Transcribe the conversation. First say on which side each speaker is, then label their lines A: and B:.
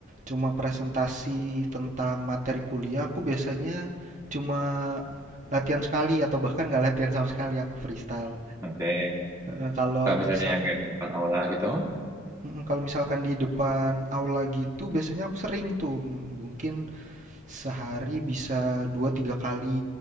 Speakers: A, on the right (about 35°); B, on the right (about 15°).
A: cuma presentasi tentang materi kuliah, aku biasanya cuma latihan sekali atau bahkan nggak latihan sama sekali, aku freestyle.
B: Oke.
A: Heeh, kalau
B: Kalau misalnya
A: misalkan
B: yang kayak di depan aula gitu.
A: mhm, kalau misalkan di depan aula gitu biasanya aku sering tuh, m- mungkin sehari bisa 2 3 kali,